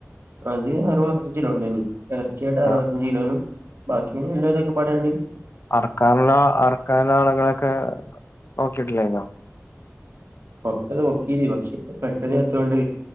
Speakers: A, on the right; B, on the left.
A: അത് അറുവത് അറുവത്തഞ്ച് കിലോണ്ടയ്നി ഇറച്ചായിട്ട് അറുവത്തഞ്ച്
B: ആ
A: കിലോനും ബാക്കി എല്ലു ഇതൊക്കെപ്പാടെആയോണ്ട്
B: അർക്കാനുള്ള അർക്കാനാളുകളെക്കെ നോക്കിട്ടില്ലയ്നോ?
A: പൊക്ത്തൊക്കെ പൊക്കീനി പക്ഷെ പെട്ടെന്ന് ചത്തോണ്ട്